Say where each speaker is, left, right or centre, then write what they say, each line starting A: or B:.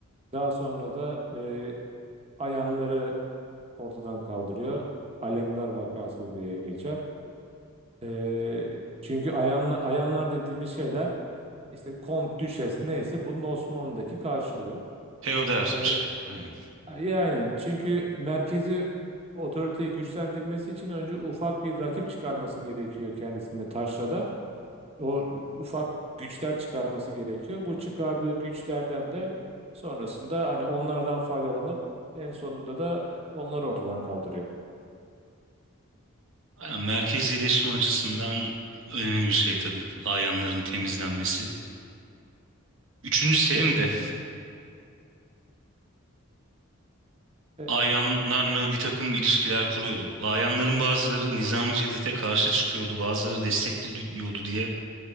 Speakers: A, on the right; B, on the right.
A: Daha sonra da e, ayanları ortadan kaldırıyor. Alemdar vakası diye geçer. Ee, çünkü ayanla, ayanlar dediğimiz şeyler işte kont, düşes neyse bunun Osmanlı'daki karşılığı.
B: Feodal
A: Ee,
B: bir şey. Aynen.
A: iyi aynen çünkü merkezi otoriteyi güçlendirmesi için önce ufak bir rakip çıkarması gerekiyor kendisinde taşrada. O ufak güçler çıkarması gerekiyor. Bu çıkardığı güçlerden de sonrasında hani onlardan faydalanıp en sonunda da onları ortadan kaldırıyor.
B: Aynen. Merkezileşme açısından önemli bir şey tabii. Ayanların temizlenmesi. Üçüncü Selim
A: İşte
B: de
A: e,
B: ayanlarla bir takım ilişkiler kuruyordu. Ayanların bazıları Nizami Cedid'e karşı çıkıyordu, bazıları destekliyordu diye